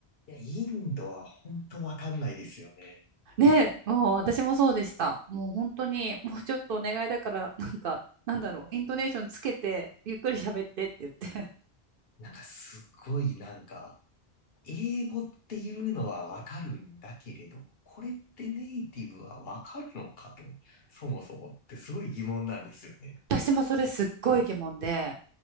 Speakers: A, on the left (about 65°); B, on the right (about 60°).
A: いや、インドは本当わかんないですよね。
B: <laughs> ね、もう私もそうでした。もう本当に、もうちょっとお願いだから、なんか、なんだろう、イントネーションつけて、ゆっくり喋ってって言って。
A: なんかすごいなんか、英語っていうのはわかるんだけれども、これってネイティブはわかるのかと、そもそもってすごい疑問なんですよね。
B: 私もそれすっごい疑問で、